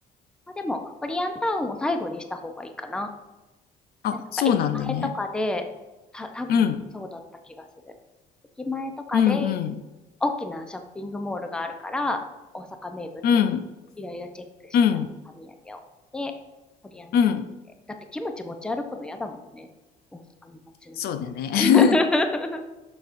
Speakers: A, in the centre; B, on the left.
A: まあ、でも、コリアンタウンを最後にした方がいいかな。
B: あ、
A: なんか、
B: そうなんだね。
A: 駅前とかで、た、多分そうだった気がする。
B: うん。
A: 駅前とかで、
B: うん、うん。
A: 大きなショッピングモールがあるから、大阪名物、
B: うん、
A: いろいろチェックして、
B: うん、
A: 大阪土産を。で、コリアンタウンで。
B: うん。
A: だってキムチ持ち歩くの嫌だもんね。大阪の街なんか。
B: そうだね。<laughs>
A: <laughs>